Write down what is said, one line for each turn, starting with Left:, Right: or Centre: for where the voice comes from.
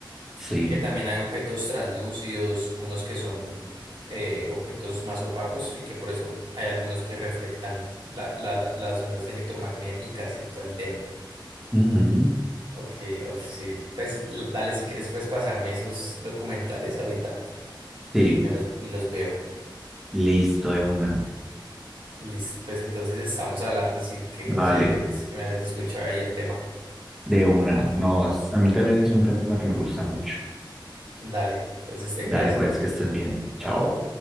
Centre: Sí,
Right: Y que también hay objetos translúcidos, unos que son eh, objetos más opacos y que por eso hay algunos que reflectan la- la- la- las ondas electromagnéticas y todo el tema.
Centre: ujú,
Right: Ok, uf, sí, pues l- dale, si quieres puedes pasarme esos documentales ahorita y
Centre: sí,
Right: me los, y los veo.
Centre: listo de una.
Right: Listo, pues entonces estamos hablando, así que
Centre: Vale.
Right: chévere pues, que me hayas escuchado ahí el tema.
Centre: De una, no, es- a mí también es un tema que me gusta mucho.
Right: Dale, entonces te
Centre: Dale,
Right: cuidas.
Centre: pues, que estés bien. Chao.